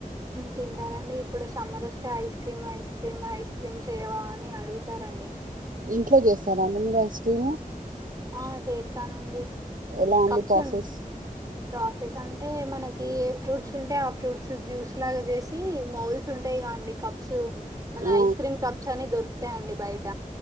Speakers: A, on the right (about 25°); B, on the right (about 70°).
A: తింటారండి ఇప్పుడు సమ్మర్ వస్తే ice cream ice cream ice cream చేయవా అని అడుగుతారండి
B: ఇంట్లో చేస్తారా అండి మీరు ఐస్ క్రీము
A: ఆ చేస్తానండి
B: ఎలా అండి
A: కప్స్
B: ప్రాసెస్?
A: ఉం ప్రసెస్ అ అంటే మనకి ఏ ఫ్రూట్స్ ఉంటాయి ఆ ఫ్రూట్స్ జ్యూస్ లాగా చేసి మౌల్స్ ఉంటాయి కా అండి కప్స్ మన
B: ఆ!
A: ఐస్ క్రీమ్ కప్స్ అని దొరుకుతాయిండి బయట